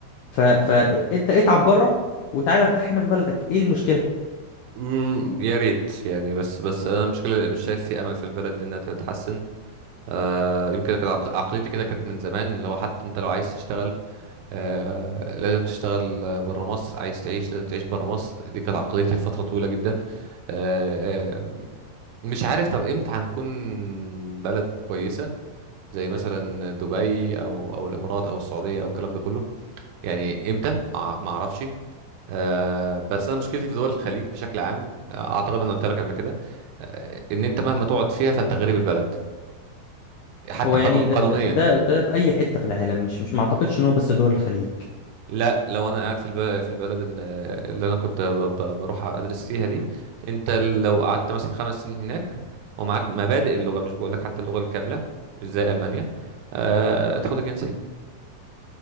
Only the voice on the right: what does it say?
امم يا ريت يعني بس بس انا المشكله مش شايف في امل في البلد دي انها تتحسن آه يمكن كانت عق- عقليتي كده كانت من زمان اللي هو حتى انت لو عايز تشتغل آه، لازم تشتغل بره مصر عايز تعيش لازم تعيش بره مصر دي كانت عقليتي لفترة طويلة جدا آه، آه، مش عارف طب امتى هنكون بلد كويسة زي مثلا دبي او او الامارات او السعودية او الكلام ده كله يعني امتى مع- ما اعرفش آه، بس انا مشكلتي في دول الخليج بشكل عام آه، اعتقد انا قلت لك قبل كده آه، ان انت مهما تقعد فيها فانت غريب البلد حتى
قانون
قانونيا
لا لو انا قاعد في الب... في البلد ال- اللي انا كنت ب... ب... بروح ادرس فيها دي انت لو قعدت مثلا خمس سنين هناك ومعاك مبادئ اللغه مش بقولك حتى اللغه الكامله مش زي المانيا آه... تاخد الجنسيه